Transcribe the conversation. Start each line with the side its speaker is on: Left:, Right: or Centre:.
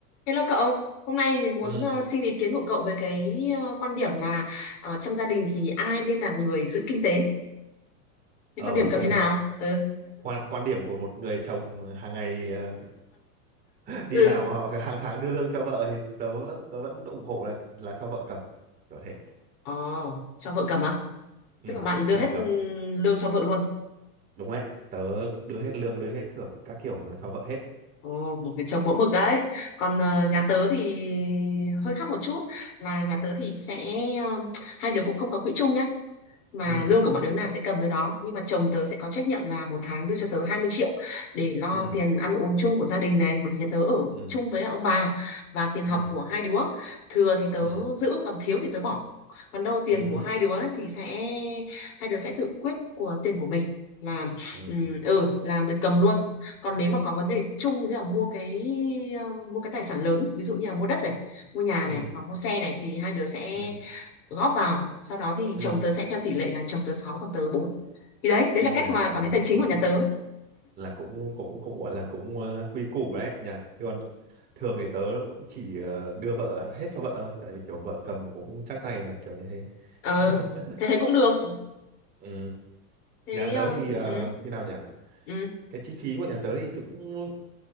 Left: Hello cậu, hôm nay thì muốn
Right: Ừ.
Left: ờ, xin ý kiến của cậu về cái ờ, quan điểm là ờ, trong gia đình thì ai nên là người giữ kinh tế? Thì
Right: Ờ
Left: quan điểm
Right: ok.
Left: cậu thế nào? Ừ.
Right: Quan quan điểm của một người chồng hàng ngày ờ, <laughs> đi
Left: ừ
Right: làm họ hàng tháng đưa lương cho vợ thì tớ vẫn- tớ vẫn ủng hộ là là cho vợ cầm. Kiểu thế.
Left: Ồ, cho vợ cầm à?
Right: Ừ,
Left: Tức là bạn đưa
Right: cho
Left: hết
Right: vợ cầm.
Left: ừ, lương cho vợ luôn.
Right: Đúng đấy. Tớ đưa hết lương, đưa hết thưởng các kiểu là cho vợ hết.
Left: Ồ, một cái chồng mẫu mực đấy. Còn ờ, nhà tớ thì hơi khác một chút là nhà tớ thì sẽ ờ, hai đứa cũng không có quỹ chung nhá. mà
Right: Ừ.
Left: lương của bọn đứa nào sẽ cầm đứa đó nhưng mà chồng tớ sẽ có trách nhiệm là một tháng đưa cho tớ 20 triệu để lo
Right: Ừ.
Left: tiền ăn uống chung của gia đình này bởi vì nhà tớ ở
Right: Ừ.
Left: chung với ông bà và tiền
Right: Ừ.
Left: học của hai đứa thừa thì tớ
Right: Ừ.
Left: giữ còn thiếu thì tớ bỏ còn đâu tiền
Right: Ừ. hứ,
Left: của hai đứa ấy thì sẽ hai đứa sẽ tự quyết của tiền của mình là
Right: Ừ.
Left: ừ, ừ làm việc cầm luôn còn nếu mà có vấn đề chung như là mua cái ờ, mua cái tài sản lớn ví dụ như là mua đất này mua nhà
Right: Ừ.
Left: này hoặc mua xe này thì hai đứa sẽ
Right: Ừ.
Left: góp vào sau đó thì
Right: Ừ.
Left: chồng tớ sẽ theo tỷ lệ là chồng tớ 6 còn tớ bốn thì đấy đấy
Right: Kinh
Left: là cách
Right: nhỉ.
Left: mà quản
Right: Ừ.
Left: lý tài chính
Right: Cũng
Left: của nhà
Right: cũng
Left: tớ
Right: là cũng cũng cũng gọi là cũng ờ, quy củ đấy nhỉ Thế còn thường thì tớ cũng chỉ ờ, đưa vợ hết cho vợ thôi tại vì kiểu vợ cầm cũng chắc tay mà kiểu như thế
Left: ờ
Right: <laughs>
Left: thế thế cũng được
Right: ừ.
Left: thế
Right: nhà tớ
Left: ờ,
Right: thì
Left: ừ
Right: ờ,
Left: ừ
Right: như nào nhỉ
Left: ừ
Right: cái chi phí của nhà tớ thì cũng